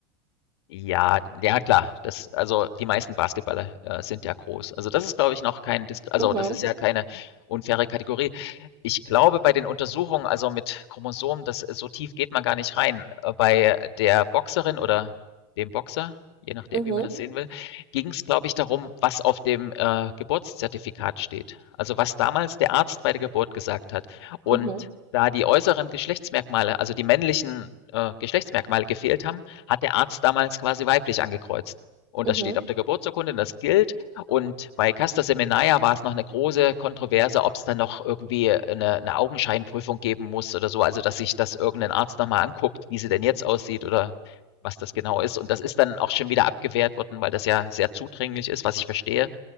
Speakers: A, on the left; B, on the right.
A: Ja, ja klar. Das also, die meisten Basketballer, äh, sind ja groß. Also, das ist, glaube ich, noch kein Disk also,
B: Mhm,
A: das ist ja keine unfaire Kategorie. Ich glaube, bei den Untersuchungen, also, mit Chromosomen, das so tief geht man gar nicht rein. Äh, bei der Boxerin oder dem Boxer, je nachdem,
B: mhm,
A: wie man das sehen will, ging es, glaube ich, darum, was auf dem, äh, Geburtszertifikat steht. Also, was damals der Arzt bei der Geburt gesagt hat. Und
B: mhm,
A: da die äußeren Geschlechtsmerkmale, also, die männlichen, äh, Geschlechtsmerkmale gefehlt haben, hat der Arzt damals quasi weiblich angekreuzt. Und
B: mhm,
A: das steht auf der Geburtsurkunde, und das gilt. Und bei Castor Seminaia war es noch eine große Kontroverse, ob es dann noch irgendwie eine, eine Augenscheinprüfung geben muss oder so. Also, dass sich das irgendein Arzt nochmal anguckt, wie sie denn jetzt aussieht oder was das genau ist. Und das ist dann auch schon wieder abgewehrt worden, weil das ja sehr zudringlich ist, was ich verstehe.